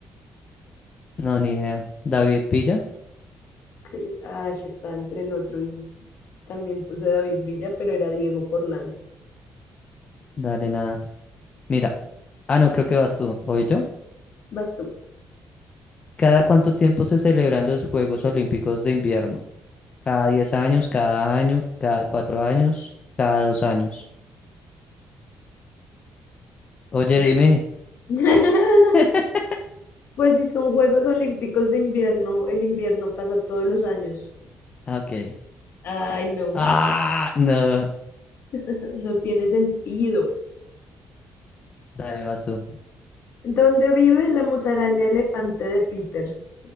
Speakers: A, on the left; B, on the left.
A: No, ni idea. David Villa,
B: Que, ah, ya está entre el otro y también puse David Villa, pero era Diego Forlán.
A: dale nada. Mira, ah, no, creo que vas tú, ¿hoy yo?
B: Vas tú.
A: ¿Cada cuánto tiempo se celebran los Juegos Olímpicos de invierno? ¿Cada 10 años, cada año, cada 4 años, cada dos años? Oye,
B: Ya.
A: dime.
B: <laughs>
A: <laughs>
B: Pues si son Juegos Olímpicos de invierno, el invierno pasa todos los años.
A: Ah, Ok.
B: Ay, no,
A: Ah, no.
B: <laughs> no tiene sentido.
A: Dale, vas tú.
B: ¿Dónde vive la musaraña elefante de Peters?